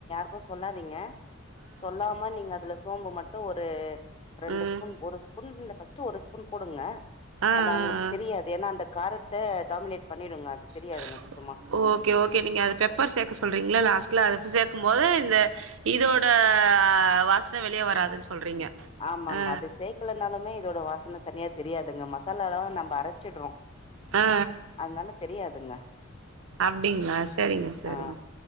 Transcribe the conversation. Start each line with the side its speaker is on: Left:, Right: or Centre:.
Left: இப்போ சொல்லாதீங்க சொல்லாம நீங்க அதுல சோம்பு மட்டு ஒரு ரெண்டு
Right: ஆ ஆ ம்
Left: ஸ்பூன் ஒரு ஸ்பூன் ஃபஸ்ட்டு ஒரு ஸ்பூன் போடுங்க
Right: ஆ
Left: அது
Right: ஆ
Left: அவங்களுக்கு
Right: ஆ
Left: தெரியாது ஏன்னா அந்த காரத்த டாமினேட் பண்ணிடுங்க அது
Right: <unintelligible>
Left: தெரியாதுங்க சுத்தமா
Right: ஓகே ஓகே நீங்க அது பெப்பர் சேர்க்க சொல்றீங்களா லாஸ்ட்ல அது சேக்கு போது இந்த இதோட வாசன வெளிய வராதுன்னு சொல்றீங்க
Left: ஆமாங்க
Right: ஆ
Left: அது சேக்கலனாலுமே இதோட வாசன தனியா தெரியாதுங்க மசாலாலா நம்ம அரைச்சிட்றோ
Right: ஆ
Left: அதனால தெரியாதுங்க
Right: அப்டிங்ளா சரிங்க சரிங்க
Left: ஆ